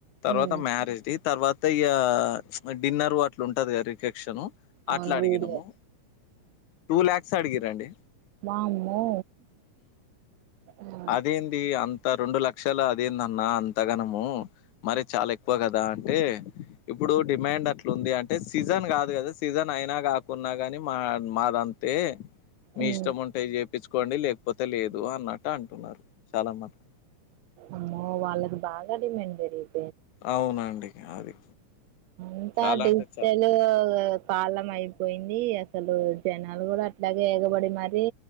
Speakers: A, on the left; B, on the right.
A: తర్వాత
B: ఉమ్
A: మ్యారేజ్ది తర్వాత ఇగా డిన్నర్ అట్లు ఉంటది గాదా రిసెప్షను
B: అవును
A: అట్లా అడిగినము
B: వీడియో
A: టూ ల్యాక్స్ అడిగారండి
B: అమ్మో ఆ
A: అదేంది అంత రెండు లక్షల అది ఏదన్న అంతగనము మరీ చాలా ఎక్కువ గదా అంటే ఇప్పుడు డిమాండ్ అట్లాంది అంటే సీజన్ గాదు గదా సీజన్ అయినా గాకున్నా గానీ, మా మాదంతా అంతే మీ
B: ఉమ్
A: ఇష్టం ఉంటే జేయిపిచుకోండి లేకపోతే లేదు అన్నట్టు అంటున్నారు చాలా మటుకు.
B: అమ్మో వాళ్లకి బాగా డిమాండ్ పెరిగింది
A: అవునండి అది
B: అంతా
A: చాలా
B: డిజిటల్
A: అంటే చాలా.
B: కాలం అయిపోయింది అసల్ అసలు జనాలు గూడ అట్లాగే ఎగబడి మరీ